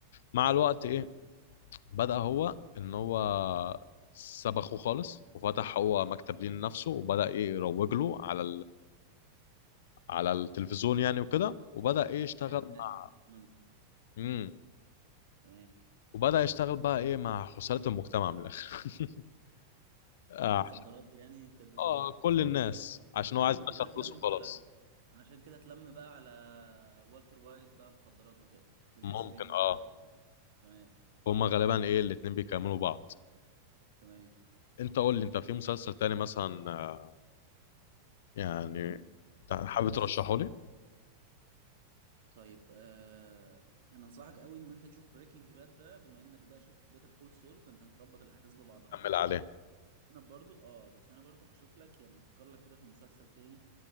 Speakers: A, on the left (about 55°); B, on the right (about 55°).
A: مع الوقت ايه
B: تمام
A: بدأ هو ان هو ساب اخوه خالص وفتح هو مكتب ليه لنفسه وبدأ ايه يروج له على على التلفزيون يعني وكده وبدأ ايه يشتغل
B: بيعمل إنها
A: مع
B: تحت الديون.
A: امم
B: تمام
A: وبدأ يشتغل بقى ايه مع خسارة المجتمع من الآخر <laughs> آه،
B: دور مخدرات
A: عشان-
B: يعني وكده
A: اه
B: و...
A: كل الناس عشان هو
B: عشان
A: عايز يدخل
B: كده اتلم
A: فلوسه وخلاص
B: على عشان كده اتلم بقى على والتر وايت بقى مخدرات وكده وجيسي
A: ممكن
B: بينك
A: اه
B: معاه تمام
A: هما غالبا ايه الاتنين بيكملوا بعض
B: تمام
A: انت قول لي انت في مسلسل تاني مثلا آه، يعني
B: مم.
A: تع-
B: طيب
A: حابب
B: بص
A: ترشحه لي
B: طيب آه... انا انصحك قوي ان انت تشوف بريكنج باد ده بما انك بقى شفت بيتر كول سول فانت هتربط الاحداث ببعضها
A: كمل عليه
B: انا برضو اه بس انا برضو هشوف لك يعني هفكر لك كده في مسلسل تاني